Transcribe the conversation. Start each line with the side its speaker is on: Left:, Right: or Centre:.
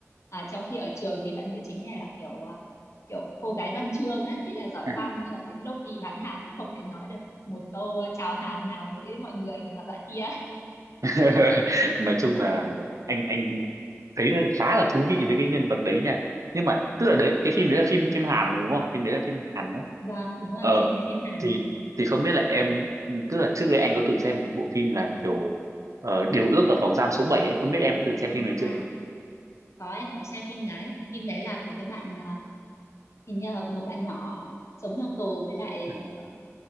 Left: à, trong khi ở trường thì bạn nữ chính này là kiểu ờ, kiểu cô gái văn chương ấy ý là giỏi
Right: ừ.
Left: văn nhưng mà đến lúc đi bán hàng thì không thể nói được một câu ờ, chào hàng nào với mọi người mà toàn loại kia
Right: <laughs> nói chung là anh anh thấy là khá là thú vị với cái nhân vật đấy nha nhưng mà tức là đấy cái
Left: Ừ. <laughs>
Right: phim đấy là phim phim Hàn mà đúng không phim đấy là phim Hàn đấy
Left: Vâng, đúng rồi,
Right: ờ
Left: phim đấy phim Hàn
Right: thì
Left: anh ạ.
Right: thì không biết là em tức là trước đây anh có từng xem một cái bộ phim là kiểu ờ, Điều ước ở phòng giam số bảy ấy không biết em đã từng xem
Left: À,
Right: phim đấy chưa
Left: có em có xem phim đấy. Phim đấy là có cái bạn à, hình như là một bạn nhỏ sống trong tù với lại
Right: Ừ.
Left: ờ,